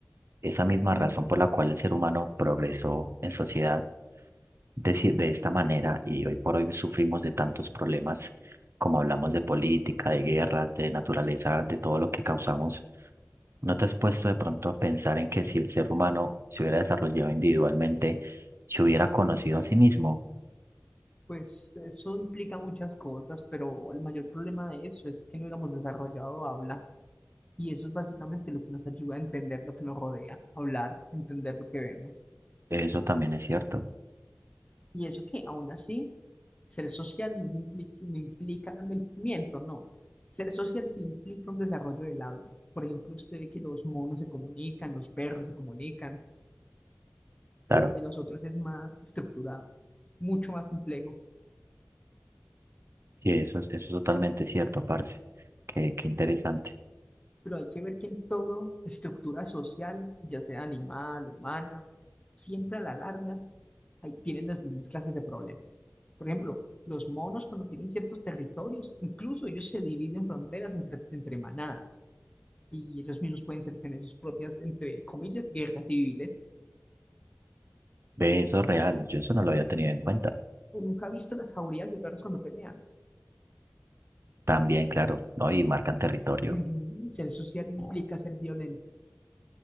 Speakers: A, on the right; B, on the left.
A: esa misma razón por la cual el ser humano progresó en sociedad de, ci- de esta manera y hoy por hoy sufrimos de tantos problemas como hablamos de política, de guerras, de naturaleza, de todo lo que causamos? ¿No te has puesto de pronto a pensar en que si el ser humano se hubiera desarrollado individualmente, se hubiera conocido a sí mismo?
B: Pues eso implica muchas cosas, pero el mayor problema de eso es que no hubiéramos desarrollado habla. Y eso es básicamente lo que nos ayuda a entender lo que nos rodea, hablar, entender lo que vemos.
A: Eso también es cierto,
B: Y eso que aún así, ser social no, implica, no implica, me- miento, no. Ser social sí implica un desarrollo del habla. Por ejemplo, usted ve que los monos se comunican, los perros se comunican,
A: claro,
B: pero el de nosotros es más estructurado, mucho más complejo.
A: sí, eso es, eso es totalmente cierto, parce. Qué, qué interesante.
B: pero hay que ver que en toda estructura social, ya sea animal, humana, siempre a la larga hay- tienen las mismas clases de problemas. Por ejemplo, los monos cuando tienen ciertos territorios, incluso ellos se dividen fronteras entre, entre manadas y ellos mismos pueden ser- tener sus propias, entre comillas, guerras civiles.
A: Ve, eso es real, yo eso no lo había tenido en cuenta.
B: O nunca he visto las jaurías de perros cuando pelean.
A: También, claro, ¿no? Y marcan territorio.
B: Ujú, Ser social implica ser violento.